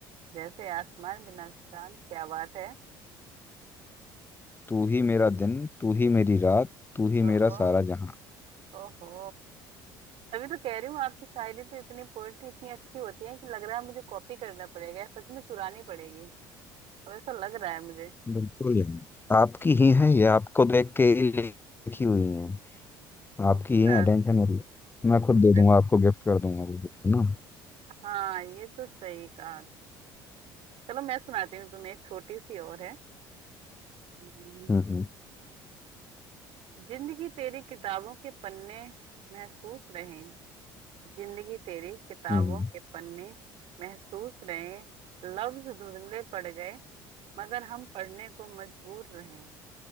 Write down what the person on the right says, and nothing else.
जैसे आसमान बिना चांद क्या बात है
ओहो
ओहो तभी तो कह रही हूँ आपकी शायरी तो इतनी पोएट्री इतनी अच्छी होती है कि लग रहा है मुझे कॉपी करना पड़ेगा या सच में चुरानी पड़ेगी अब ऐसा लग रहा है मुझे
अच्छा
अच्छा,
हाँ ये तो सही कहा चलो मैं सुनाती हूँ तुम्हें एक छोटी सी और है हम्म,
जिंदगी तेरी किताबों के पन्ने महसूस रहे जिंदगी तेरी किताबों
के पन्ने महसूस रहे लफ्ज धुंधले पड़ गए मगर हम पढ़ने को मजबूर रहे